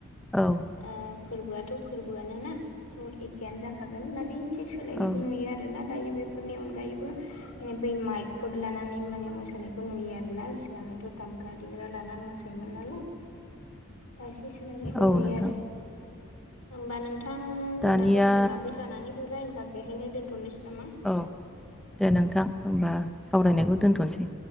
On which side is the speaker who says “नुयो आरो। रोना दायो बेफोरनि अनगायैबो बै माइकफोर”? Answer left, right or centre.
Left